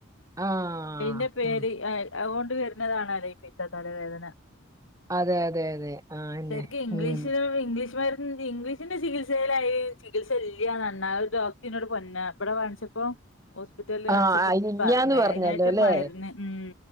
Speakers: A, on the right; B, on the left.
A: ആ
B: അയ്ന്റെ പേര്
A: ഉം
B: അതൊണ്ട് വെര്ന്നതാണോലൊ ഈ പിത്ത തലവേദന
A: അതെ അതെ അതെ ആ അന്നെ
B: ശരിക്കും ഇംഗ്ലീഷ്,
A: ഉം
B: ഇംഗ്ലീഷ്മരുന്നിൻ്റെ ഇംഗ്ലീഷ് അതിന്റെ ചികിത്സയിലായി ചികിത്സ ഇല്ലന്ന്നായി ഒരു ഡോക്ടറിനോട് പറഞ്ഞ ഇവിടെ വാങ്ങിച്ചപ്പോ ഹോസ്പിറ്റല്
A: ആ
B: കാണിച്ചപ്പോ
A: ഇല്ലാന്ന്
B: പറഞ്ഞ്
A: പറഞ്ഞല്ലോ
B: അതിനായിട്ട്
A: അല്ലേ
B: മരുന്ന്. ഉം